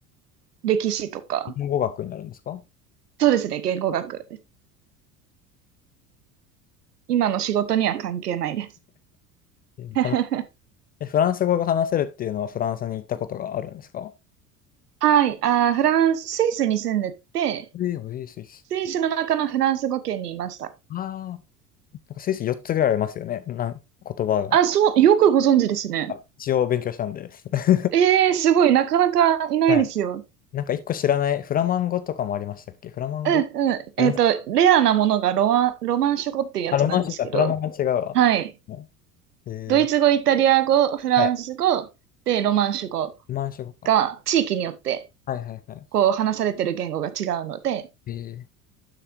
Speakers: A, on the right (about 75°); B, on the left (about 20°).
A: 歴史とか、
B: 言語学になるんですかん
A: そうですね、言語学。今の仕事には関係ないです。
B: えー話
A: <laughs>
B: えフランス語が話せるっていうのはフランスに行ったことがあるんですか
A: はい、あー、フランス、スイスに住んでて、
B: ええー、えー、スイス。
A: スイスの中のフランス語圏にいました。
B: ああ。なんかスイス4つぐらいありますよね。なん、言葉が。
A: あ、そう、よくご存知ですね。
B: あ一応勉強したんで。<laughs>
A: ええすごい、なかなかいないですよ。
B: はい。なんか一個知らない、フラマンゴとかもありましたっけフラマンゴあります
A: うん、うん。えっと、レアなものがロマロマンシュ語っていうやつなんですけど、
B: あ、ロマンシュか、フラマンゴは違うわ。
A: はい。
B: はいえー、
A: ドイツ語、イタリア語、フランス語、
B: はい。
A: で、ロマンシュ語
B: ロマンシュ語か。
A: が地域によって
B: はいはいはい。
A: こう話されてる言語が違うので、
B: え